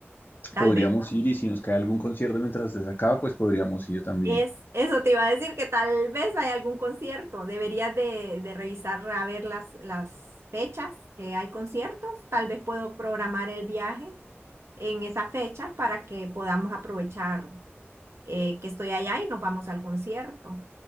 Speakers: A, on the right; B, on the left.
A: Tal
B: podríamos
A: vez
B: ir y si nos cae algún concierto mientras estés acá, pues podríamos ir también.
A: es, eso te iba a decir, que tal vez hay algún concierto. Deberías de, de revisar a ver las, las fechas que hay conciertos. Tal vez puedo programar el viaje. en esas fechas para que podamos aprovechar eh, que estoy allá y nos vamos al concierto.